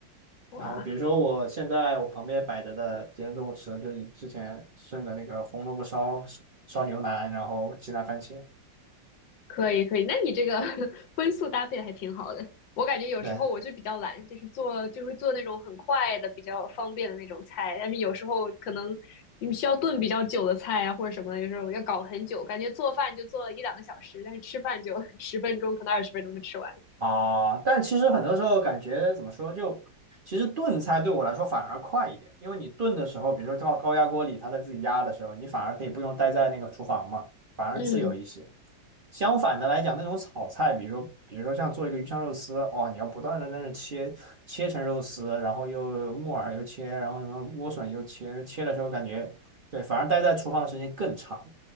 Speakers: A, on the left; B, on the right.
A: 哇，
B: 然后比如说我现在我旁边摆着的今天中午吃的就是之前剩的那个红萝卜烧烧烧牛腩，然后鸡蛋番茄。
A: 可以可以，那你这个 <laughs> 荤素搭配的还挺好的。我感觉有时候我就比较懒，
B: 对，
A: 就是做就会做那种很快的、比较方便的那种菜，但是有时候可能你需要炖比较久的菜啊或者什么的，有时候要搞很久，感觉做饭就做了一两个小时，但是吃饭就 <laughs> 十分钟，可能二十分钟就吃完了。
B: 啊，但其实很多时候感觉怎么说，就其实炖菜对我来说反而快一点，因为你炖的时候，比如说到高压锅里，它在自己压的时候，你反而可以不用待在那个厨房嘛，反而自由一些。
A: 嗯
B: 相反的来讲，那种炒菜，比如说比如说像做一个鱼香肉丝，哦，你要不断的在那切切成肉丝，然后又木耳又切，然后什么莴笋又切，切的时候感觉对，反而待在厨房的时间更长。